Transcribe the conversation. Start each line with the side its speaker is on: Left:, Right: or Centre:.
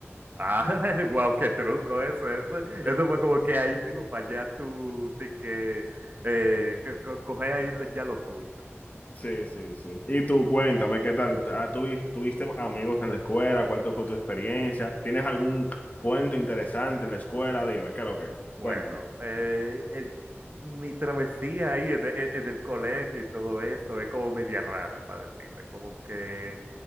Right: Ah, <laughs> wow, qué truco eso, eso.
Left: <laughs>
Right: Eso fue como que ahí mismo para allá tú, sí que eh, co- co- coger ahí lo- ya lo tuyo.
Left: Sí, sí, sí. Y tú, cuéntame, ¿qué tal? Ah, ¿Tú, tuviste amigos en la escuela? ¿Cuál fue tu experiencia? ¿Tienes algún cuento interesante en la escuela? Dime, ¿qué es lo que es?
Right: Bueno,
Left: Cuéntame.
Right: eh, el- mi travesía ahí en, el en el colegio y todo eso es como media rara, para decirte. Es como que